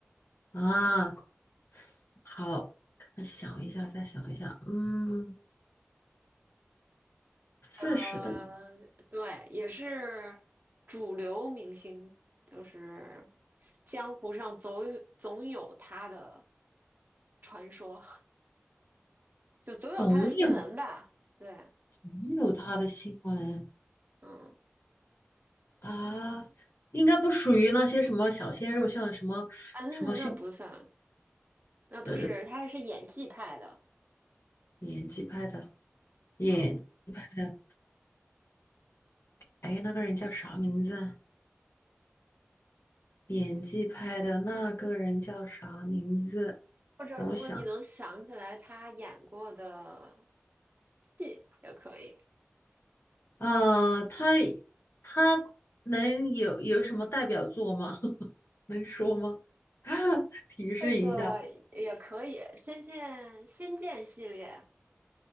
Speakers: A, on the left; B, on the right.
A: 啊，好，我想一下，再想一下。嗯，四十的
B: 呃，对，也是主流明星，就是江湖上总有总有他的传说，<laughs> 就总有他的新闻吧。
A: 总有
B: 对，
A: 总有他的新闻。
B: 嗯
A: 啊，应该不属于那些什么小鲜肉，像什么什么像
B: 嗯，那不算，那不是，
A: 呃
B: 他是演技派的。
A: 演技派的演技派的，
B: 嗯。
A: 哎，那个人叫啥名字啊？演技派的那个人叫啥名字？
B: 或者如果你能想起来他演过的
A: 等我想，
B: 戏也可以，
A: 啊，他他能有有什么代表作吗？<laughs> 能说吗？<laughs> 提示一下
B: 这个也可以，《仙剑》《仙剑》系列，